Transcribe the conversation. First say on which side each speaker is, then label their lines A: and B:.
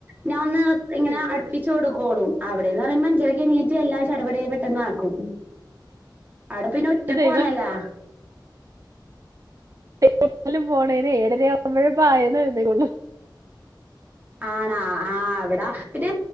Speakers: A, on the right; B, on the right.
A: ഞാൻ ഒന്ന് ഇങ്ങനെ
B: ചെയ്തോളും
A: അടുപ്പിച്ചു കൊടുക്കോളും അവിടെന്ന് പറയുമ്പോ അഞ്ചരൊക്കെ എണീറ്റ് എല്ലാം ചടപടയെന്ന് പെട്ടന്ന് ആക്കും അവിട പിന്നെ ഒറ്റക്കവാണല്ലാ
B: എന്റെ എവിടെക്കിലും പോണേന് ഏഴര ആവുമ്പഴെ പായന്ന് എഴുന്നേക്കുള്ളു
A: ആണാ ആഹ് അവിട പിന്നെ